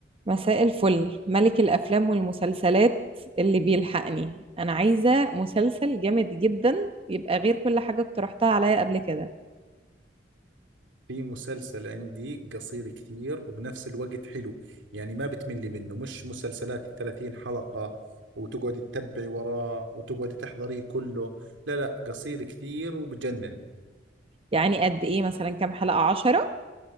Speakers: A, on the right (about 30°); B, on the right (about 80°).
A: مساء الفل ملك الأفلام والمسلسلات اللي بيلحقني أنا عايزة مسلسل جامد جدا يبقى غير كل حاجة اقترحتها عليا قبل كده
B: في مسلسل عندي قصير كثير وبنفس الوقت حلو يعني ما بتملي منه مش مسلسلات 30 حلقة وتقعدي تتبعي وراه وتقعدي تحضريه كله لا لا قصير كثير وبجنن
A: يعني قد إيه مثلا كام حلقة عشرة